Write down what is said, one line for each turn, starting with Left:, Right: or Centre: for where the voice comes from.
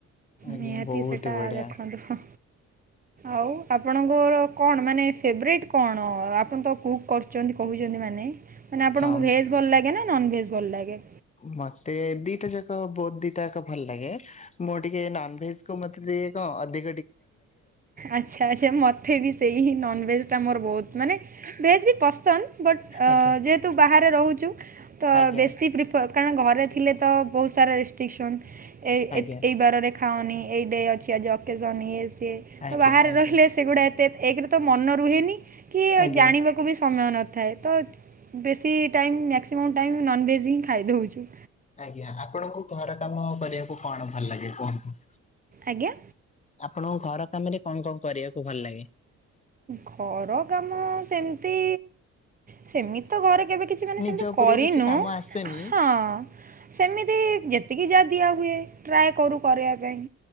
Left: ଆଜ୍ଞା
Right: ନିହାତି
Left: ବହୁତ
Right: ସେଟା
Left: ବଢିଆ
Right: ଦେଖନ୍ତୁ ହୁଁ। ଆଉ ଆପଣଙ୍କର କଣ ମାନେ ଫେବରେଟ୍ କଣ ଆପଣ ତ କୁକ୍ କରୁଛନ୍ତି କହୁଛନ୍ତି ମାନେ ମାନେ ଆପଣଙ୍କୁ
Left: ହଁ
Right: ଭେଜ୍ ଭଲ ଲାଗେ ନା ନନ ଭେଜ ଭଲ ଲାଗେ।
Left: ମତେ ଦିଟା ଯାକ ବହୁତ ଦିଟା ଯାକ ଭଲ ଲାଗେ ମୁଁ ଟିକେ ନନଭେଜ କୁ ମତେ ଟିକେ କଣ ଅଧି
Right: ଆଛା ଆଛା ମତେ ଥାେବି ସେଇ ହିଁ ନନ୍ଭେଜ୍ଟା ମୋର ବହୁତ ମାନେ ଭେଜ୍ ବି ପସନ୍ଦ ବଟ୍ ଆ
Left: ଆଜ୍ଞା
Right: ଯେ ତୁ ବାହାରେ ରହୁଛୁ ତ
Left: ଆଜ୍ଞା
Right: ବେଶି ପ୍ରିପ କାରଣ ଘରେ ଥିଲେ ତ ବହୁତ ସାରା ରେଷ୍ଟ୍ରିକସନ୍ ଏ
Left: ଆଜ୍ଞା
Right: ଏତ ଏଇ ବାରରେ ଖାଉନି ଏଇ ଡେ ଅଛି ଆଜି ଅକେଜନ ଇଏ ସିଏ
Left: ଆଜ୍ଞା
Right: ତ ବାହାରେ
Left: ଆଜ୍ଞା
Right: ରହିଲେ ସେଗୁଡ଼ା ଏତେ ଏକରେ ତ ମନ ରୁହେନି କି
Left: ଆଜ୍ଞା।
Right: ଜାଣିବାକୁ ବି ସମୟ ନଥାଏ ତ ବେଶୀ ଟାଇମ୍ ମ୍ୟାକ୍ସିମମ୍ ଟାଇମ୍ ନନ୍ଭେଜ୍ ହିଁ ଖାଇଦଉଛୁ।
Left: ଆଜ୍ଞା ଆପଣଙ୍କୁ ଘର କାମ କରିବାକୁ କଣ ଭଲ ଲାଗେ କୁହନ୍ତୁ?
Right: ଆଜ୍ଞା।
Left: ଆପଣଙ୍କ ଘର କାମରେ କଣ କଣ କରିବାକୁ ଭଲ ଲାଗେ?
Right: ଘର କାମ ସେମତି ସେମିତି ତ ଘରେ କେବେ କିଛି ମାନେ ସେମିତି
Left: ନିଜ ଉପରକୁ
Right: କରିନୁ
Left: କିଛି କାମ ଆସେନି
Right: ହଁ। ସେମିତି ଯେତିକି ଯା ଦିଆ ହୁଏ ଟ୍ରାଏ କରୁ କରିବା ପାଇଁ।